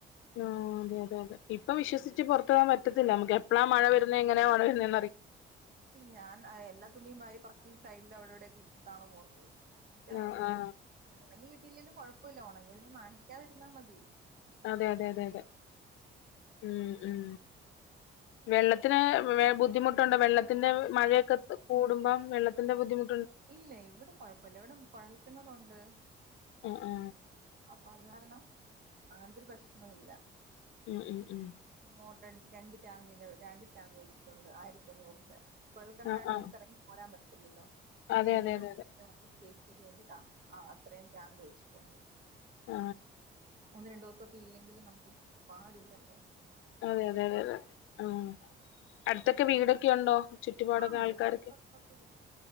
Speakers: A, on the left; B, on the right.
A: ആ അതെ അതെ അതെ ഇപ്പൊ വിശ്വസിച്ച് പൊറത്ത് പോവാൻ പറ്റത്തില്ല നമക്ക് എപ്പളാ മഴ വരുന്നത് എങ്ങനാ മഴ വരുന്നെ
B: ഞാൻ ആ എല്ലാത്തുണിയും വാരി പെർക്കി ഈ സൈഡിൽ അവിടെ ഇവിടയൊക്കെ ഇട്ടിട്ടാണ് പോവ്ന്നത്. <unintelligible>
A: ആ ആ
B: ഒണങ്ങി കിട്ടിലേലും കൊഴ പ്പല്ല ഒണങ്ങിതിനെ നനക്കാതിരുന്നാ മതി.
A: അതെ അതെ അതെ ഉം ഉം വെള്ളത്തിന് വേ ബുദ്ധിമു ട്ടൊണ്ടോ വെള്ള പിന്നെ മഴയൊക്കെ കൂടുമ്പം വെള്ളത്തിന്റെ ബുദ്ധിമു
B: ഇല്ല ഇവിടെ കൊഴപ്പല്ല ഇവിടെ കൊഴൽ കിണറുണ്ട്.
A: ആ ആ
B: അപ്പ അത് കാരണം അങ്ങനത്തൊരു പ്രശ്നോ ഇല്ല.
A: ഉം ഉം ഉം
B: മോട്ടർ അടിച്ച് രണ്ട് ടാങ്കിന്റെ രണ്ട് ടാങ്ക് വെച്ചിട്ടുണ്ട് ആയിരത്തഞ്ഞൂറിന്റെ കേൾക്ക്ണതായൊണ്ട്
A: ആ ആ
B: നമക്കെറങ്ങി പോരാൻ പറ്റു ഇല്ലല്ലോ?
A: അതെ
B: എന്തെങ്കിലുക്കെ
A: അതെ അതെ അതെ
B: ഫോകസെയ്യ് ട്ടിക്ക് വേണ്ടിട്ടാണോ ആ അത്രയും ടാങ്ക് വെച്ചിട്ടുണ്ട്.
A: ആ
B: രണ്ടുസൊക്കെ ഇല്ലെങ്കില് നമുക്ക് പാടില്ലല്ലോ?
A: അതെ അതെ അതെ അതെ ആ അടുത്തൊക്കെ വീടൊക്കെയൊണ്ടോ? ചുറ്റുപാടൊക്കെ
B: ആഹ്
A: ആൾക്കാരൊക്കെ
B: ഇവിടെ അപ്പറം ഇപ്പറൊക്കെ